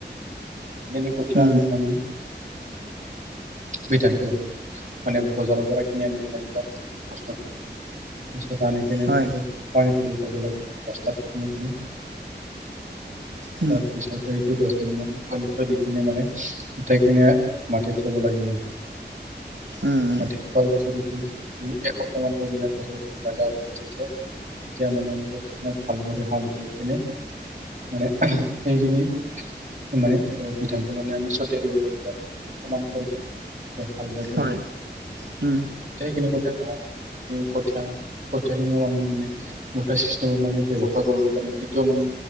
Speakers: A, on the right; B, on the right.
A: যেনে কঠিয়া
B: উম
A: আমি মানে- বিধানটো মানে বজাৰৰ পৰা কিনি আনিব লাগিব আৰু ফাৰ্ষ্টতে। তাৰপিছত আনি কিনে
B: হয়
A: সেইটো পানীত ভিজাই থব লাগিব বস্তাত সোমাই কিনে।
B: উম
A: তাৰপিছত এইটো দচ- পানীত থৈ দি কিনে মানে, উঠাই কিনে মাটিত থ'ব লাগিব।
B: উম উম
A: মাটিত থোৱাৰ পাছত এইটো এসপ্তাহ মান থৈ দিয়াৰ পাছত এইটো গাজা ওলাব যেতিয়া তেতিয়া মানে আমি পথাৰখনত ভালদৰে হাল বৈ কিনে মানে সেইখিনি মানে দি ধানটো মানে আমি ছটিয়াই দিব লাগিব আৰু। সমান কৰি কিনে, তাতে হাল বাই কিনে।
B: হয় উম
A: সেইখিনি কঠীয়া ডাঙৰ হয়, উম, কঠীয়া- কঠীয়া খিনিও আমি মানে মুঠা চিষ্টেমত মানে ব্যৱসায় কৰিব পাৰিম, সেইটোও মানে